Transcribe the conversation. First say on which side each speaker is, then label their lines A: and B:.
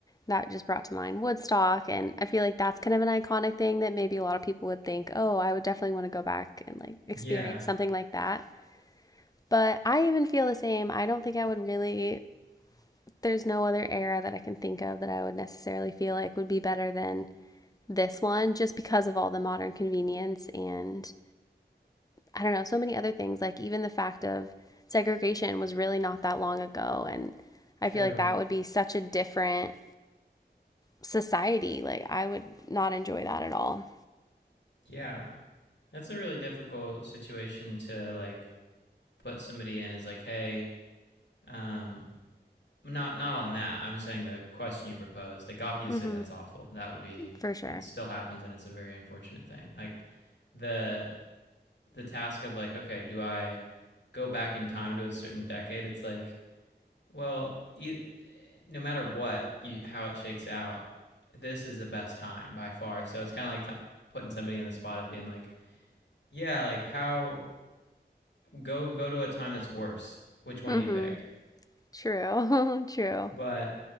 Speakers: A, on the left; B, on the left.
A: that just brought to mind Woodstock and I feel like that's kind of an iconic thing that maybe a lot of people would think, "Oh, I would definitely want to go back and like experience
B: yeah
A: something like that." But I even feel the same. I don't think I would really There's no other era that I can think of that I would necessarily feel like would be better than this one just because of all the modern convenience and I don't know, so many other things. Like even the fact of segregation was really not that long ago. And I
B: true
A: feel like that would be such a different society. Like I would not enjoy that at all.
B: yeah that's a really difficult situation to like put somebody in is like hey um not not on that. I'm saying the question you proposed, like obviously
A: Mm-hmm.
B: that's awful. That would be
A: For sure.
B: and it still happens and it's a very unfortunate thing. Like the the task of like, okay, do I go back in time to a certain decade? It's like, well, e- no matter what, you, how it shakes out, this is the best time by far. So it's kind of like t- putting somebody in the spot of being like, yeah, like how go go to a time that's worse. Which one
A: Mm-hmm.
B: do you pick? <laughs>
A: True. <laughs> True.
B: but